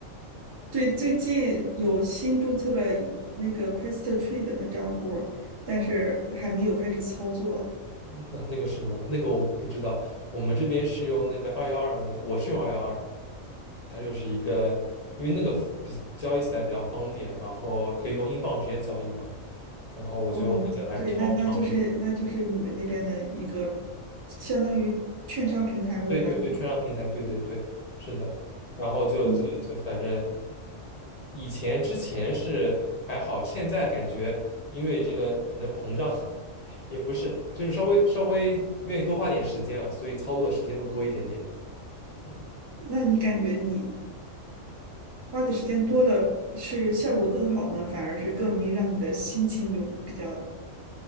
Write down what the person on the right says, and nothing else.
对，最近有新注册了一那个 QuestTrade 的账户，但是还没有开始操作。
啊，我们对，那那就是那就是你们那边的一个相当于券商平台或者
嗯，
那你感觉你花的时间多了，是效果更好呢，反而是更容易让你的心情有比较